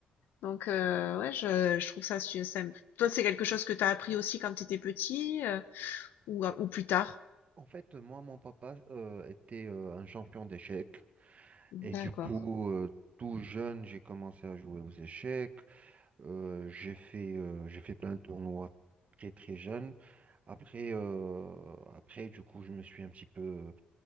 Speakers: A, on the left; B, on the right.
A: Donc euh, ouais, je, je trouve ça su- simple. Toi, c'est quelque chose que t'as appris aussi quand t'étais petit. euh? Ou ou
B: Euh,
A: plus tard?
B: En fait, moi, mon papa euh, était euh, un champion d'échecs.
A: D'accord.
B: Et du coup, euh, tout jeune, j'ai commencé à jouer aux échecs. Euh, j'ai fait, euh, j'ai fait plein de tournois très très jeune. Après, euh, après, du coup, je me suis un petit peu